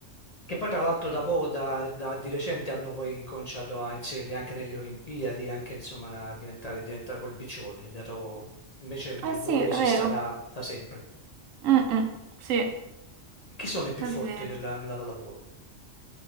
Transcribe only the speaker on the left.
Che poi tra l'altro da poco, da, da- di recente hanno poi cominciato a inserirli anche nelle Olimpiadi, anche insomma a diventare, diventa quel beach volley, è andato- invece il,
il
volley
ci
sta da, da sempre.
Chi sono i più
forti nella, nella pallavolo?